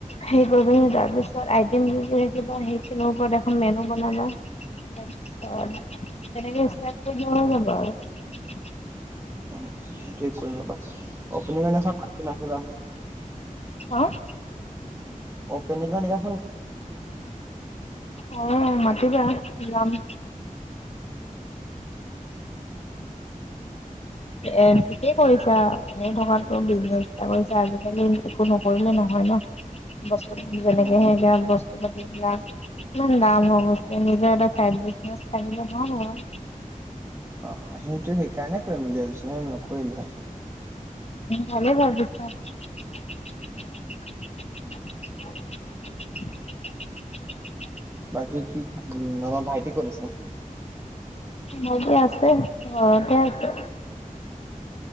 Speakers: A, on the left; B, on the right.
A: সেই কৰিবি তাৰ পিছত তই থ সেইখিন ওপৰত মে বনাবা তাৰপিছতনেকে হৈ যাব আৰু।
B: উ সেইটো কৰিম ৰ, অপেনিংৰ নাখন মাতিম আহিবা।
A: অহ?
B: অ পেনিংৰ দিনা
A: অ মাতিবা। যাম, <unintelligible> এ ঠিকেই কৰিছা, এনেই থকাত কৈ বিজনেছ এটা কৰিছা আজিকালি একো নকৰিলে নহয় ন বস্তু যেনেকেহে
B: উম
A: বস্তু পাতি বিলাক ইমান দাম হৈ গছে নিজৰ এটাই থাকিলে ভাল হয়।
B: অ সেইটো সেইকাৰণে কৰিম বুলি ভাবিছো নহ নকৰিলো হয়ে।
A: ভালে ভাবিছা। <unintelligible>
B: বাকী কি উ আমাৰ ভাইটি কত আছে?
A: ভাইটি আছে ঘৰতে আছে।